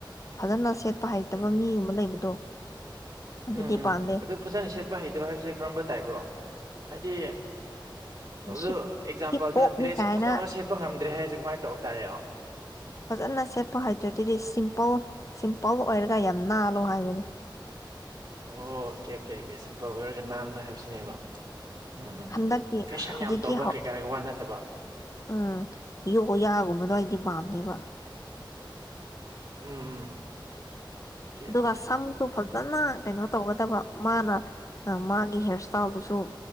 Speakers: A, on the left; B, on the right.
A: ꯐꯖꯅ ꯁꯦꯠꯄ ꯍꯩꯇꯕ
B: ꯎꯝ
A: ꯃꯤꯒꯨꯝꯕ ꯂꯩꯕꯗꯣ ꯑꯗꯨꯗꯤ
B: ꯎꯝ ꯎꯝ
A: ꯄꯥꯝꯗꯦ
B: ꯑꯗꯨ ꯐꯖꯅ ꯁꯦꯠꯄ ꯍꯩꯇꯕ ꯍꯥꯏꯕꯁꯦ ꯀꯔꯝꯕ ꯇꯥꯏꯞꯔꯣ ꯍꯥꯏꯗꯤ ꯑꯗꯨ
A: ꯍꯤꯞ
B: ꯑꯦꯛꯖꯥꯝꯄꯜꯗ
A: ꯍꯤꯞ ꯍꯣꯞꯅꯤ
B: ꯗ꯭ꯔꯦꯁꯁ‌ꯦ
A: ꯀꯥꯏꯅ
B: ꯐꯖꯕ ꯁꯦꯠꯄ ꯉꯝꯗ꯭ꯔꯦ ꯍꯥꯏꯔꯁꯦ ꯀꯃꯥꯏꯅ ꯇꯧꯕ ꯇꯥꯔꯦ ꯑꯣ
A: ꯐꯖꯅ ꯁꯦꯠꯄ ꯍꯩꯇ‍꯭ꯔꯥꯗꯤꯅ‌ꯦ ꯁꯤꯝꯄꯜ ꯁꯤꯝꯄꯜ ꯑꯣꯏꯔꯒ ꯌꯥꯝ ꯅꯥꯜꯂꯣ ꯍꯥꯏꯕꯅꯦ
B: ꯑꯣ ꯀꯦ ꯀꯦ ꯀꯦ ꯁꯤꯝꯄꯜ ꯑꯣꯏꯔꯒ ꯅꯥꯟꯕ ꯍꯥꯏꯕꯁꯤꯅꯦꯕ ꯎꯝ ꯎꯝ
A: ꯍꯟꯗꯛꯀꯤ
B: ꯐꯦꯁꯟ
A: ꯍꯧꯖꯤꯛꯀꯤ
B: ꯌꯥꯝ ꯇꯧꯕ
A: ꯍꯧ
B: ꯀꯩꯀꯥꯒꯤ ꯋꯥ ꯅꯠꯇꯕ
A: ꯎꯝ ꯌꯣ ꯌꯥꯒꯨꯝꯕꯗ‌ꯣ ꯑꯩꯗꯤ ꯄꯥꯝꯗꯦꯕ
B: ꯎꯝ ꯎꯝ ꯑꯣꯀꯦ
A: ꯑꯗꯨꯒ
B: ꯑꯣꯀꯦ
A: ꯁꯝꯁꯨ ꯐꯖꯅ ꯀꯩꯅꯣ ꯇꯧꯒꯗꯕ ꯃꯥꯅ ꯃꯥꯒꯤ ꯍꯦꯔ ꯏꯁ ꯇꯥꯏꯜꯗꯨꯁꯨ